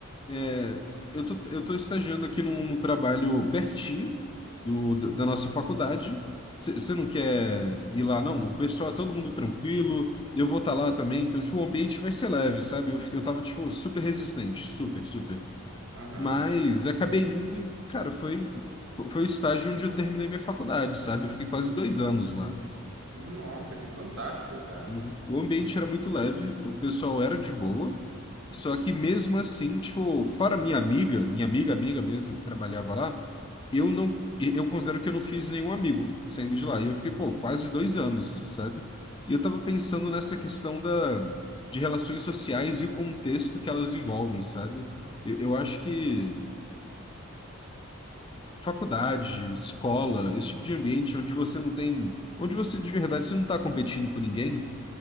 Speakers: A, on the left (about 20°); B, on the right (about 70°).
A: é, eu tô, eu tô estagiando aqui num, num trabalho pertinho do, da da nossa faculdade. Você não quer ir lá, não? O pessoal é todo mundo tranquilo, eu vou estar lá também, então tipo, o ambiente vai ser leve, sabe? Eu, fi- eu tava, tipo, super resistente, super, super.
B: aham.
A: Mas acabei indo e, cara, foi, foi o estágio onde eu terminei minha faculdade, sabe? Eu fiquei quase dois anos lá.
B: Nossa, que fantástico, cara.
A: Uhum. O ambiente era muito leve, o pessoal era de boa. Só que mesmo assim, tipo, fora minha amiga, minha amiga, amiga mesmo que trabalhava lá, eu não, e- eu considero que eu não fiz nenhum amigo saindo de lá. E eu fiquei, pô, quase dois anos, sabe? E eu tava pensando
B: Uhum.
A: nessa questão da, de relações sociais e o contexto que elas envolvem, sabe? E- Eu acho que faculdade, escola, esse tipo de ambiente onde você não tem, onde você de verdade você não tá competindo com ninguém,